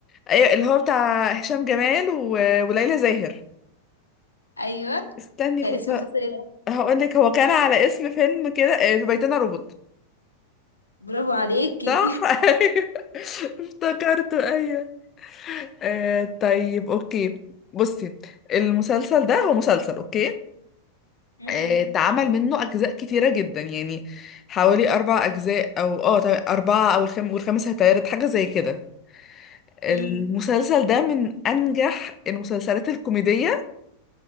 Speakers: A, on the left; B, on the left.
A: ايوه اللي هو بتاع هشام جمال و... وليلى زاهر
B: ايوه
A: استني
B: كان
A: كنت
B: اسم المسلسل ايه بقى؟
A: هقول لك هو كان على اسم فيلم كده آه، في بيتنا روبوت
B: برافو عليكي
A: صح <laughs> ايوه افتكرته ايوه آه طيب اوكي بصي المسلسل ده هو مسلسل اوكي
B: <laughs> مم.
A: آه اتعمل منه اجزاء كتيره جدا يعني حوالي اربع اجزاء او اه طيب اربعه او الخم والخامس هيتعرض حاجه زي كده المسلسل
B: مم.
A: ده من انجح المسلسلات الكوميديه